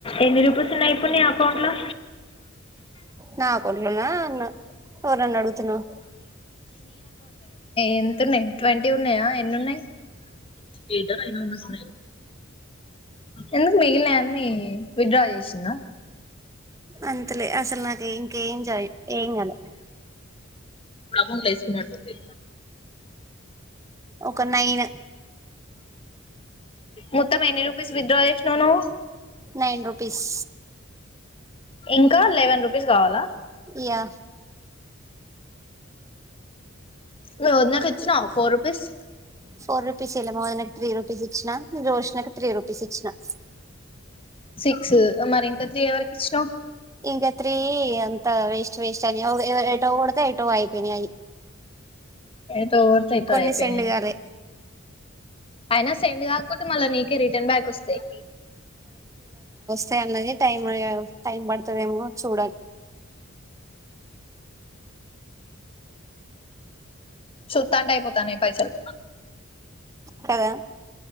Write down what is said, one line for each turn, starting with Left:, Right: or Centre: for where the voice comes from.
Left: ఎన్ని రూపీసు ఉన్నాయి ఇప్పుడు నీ ఏకౌంట్లో
Right: నా కొ అ నువ్వు నన్ను అడుగుతున్నావ్
Left: ఎంతున్నాయి ట్వంటీ ఉన్నాయా ఎన్నిన్నాయి లేద అయినా ఉన్న సన్నా ఎందుకు మిగిలిన అన్ని విత్ డ్రా చేసిందా
Right: అంతలే అసలు నాకు ఇంకా ఎంజాయ్ ఏం కాదు
Left: అంకౌట్ లో వేసుకున్నట్టు ఉంది
Right: ఒక నైన్
Left: మొత్తం ఎన్ని రూపిస్ విత్ డ్రా చేసినవ్ నువ్వు
Right: నైన్ రూపీస్
Left: ఇంకా లెవెన్ రూపీస్ కావాలా
Right: యా
Left: రోషనా కి ఇచ్చినావా ఫోర్ రూపీస్
Right: ఫోర్ రూపీస్ ఇళ్ళా మామయ్య త్రీ రూపీస్ ఇచ్చినా రోషనకి త్రీ రుపీస్ ఇచ్చినా
Left: సిక్స్ మరి ఇంకా త్రీ ఎవరకి ఇచ్చిన్నావ్
Right: ఇగ త్రీ అంత వేస్ట్ వేస్ట్ అని ఎటో కోడితే ఎట్టో అయిపోయిన్నాయి అయి
Left: ఎట్టో కోడితే ఎట్టో
Right: కొన్ని
Left: అయిపోయిన్నియా
Right: సెండ్ కాలే
Left: అయినా సెండ్ కాకపోతే మళ్ళా నీకు రిటర్న్ బ్యాక్ వస్తాయి
Right: చాయా అన్నది టైం టైం పడుతుందేమో చూడాలి
Left: చూతాంటే అయిపోతాన్నాయి పైసలు
Right: కదా